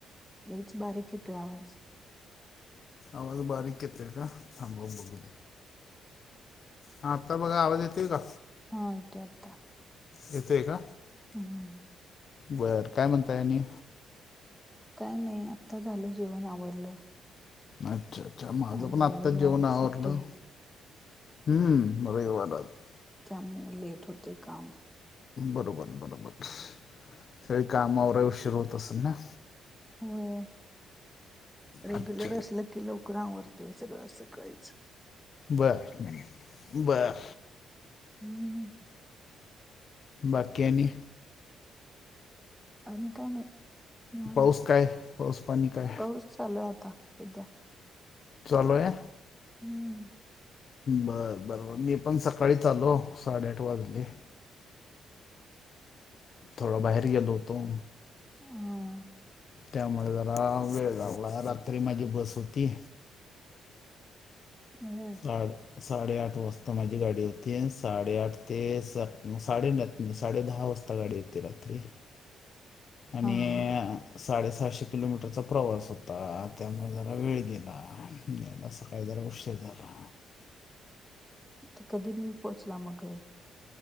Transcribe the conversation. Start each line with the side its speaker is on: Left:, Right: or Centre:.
Centre: लयच बारीक येतोय आवाज.
Left: आवाज बारीक येतोय का? थांबा बघू दे. हा, आता बघा आवाज येेतोय का?
Centre: हा, आता येतोय.
Left: येतोय का?
Centre: हम.
Left: बर. काय म्हणताय आणि?
Centre: काय नाही आत्ता झालं जेवण, आवरलं.
Left: अच्छा, अच्छा, माझं
Centre: आज
Left: पण आत्ता
Centre: रविवार
Left: जेवण आवरलं.
Centre: सुट्टी
Left: हम्म र वाटात. <unintelligible>
Centre: त्यामुऊ लेट होतय काम.
Left: बरोबर, बरोबर, ते कामावर उशीर होत असेल ना?
Centre: होय, रेग्युलर
Left: अच्छा
Centre: असलं की, लवकर आवरतय सगळं असं करायच.
Left: बर, बर.
Centre: हम्म. <inaudible>
Left: बाकी आणि?
Centre: आणि काय नाही. निवांत,
Left: पाऊस काय पाऊस पाणी काय
Centre: पाऊस चालू आहे आता हीत.
Left: चालु आहे.
Centre: हम्म.
Left: बरं बरं बर, मी पण सकाळीच आलो, साडेआठ वाजले. थोडा बाहेर गेलो होतो.
Centre: हा
Left: त्यामुळे जरा वेळ लागला, रात्री माझी बस होती.
Centre: बर
Left: आड साडेआठ वाजता माझी गाडी होती, साडेआठ ते स साडेन साडे दहा वाजता गाडी येत ते रात्री. आणि
Centre: हा हा
Left: साडेसहाशे किलोमीटरचा प्रवास होता, त्यामुळे जरा वेळ गेला. आज सकाळी जरा उशीर झाला.
Centre: तर कधी प पोचला मग घरी?